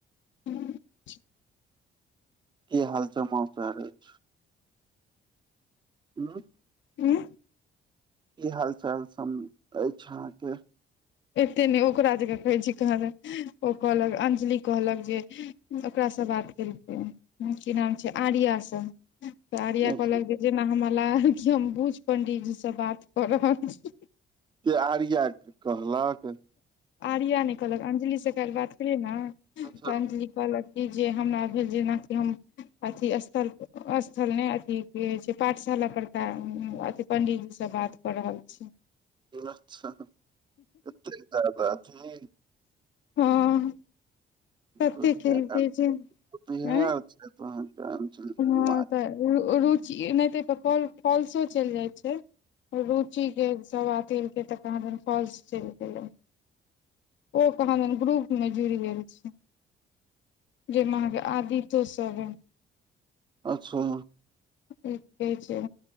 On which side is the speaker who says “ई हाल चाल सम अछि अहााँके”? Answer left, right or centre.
Right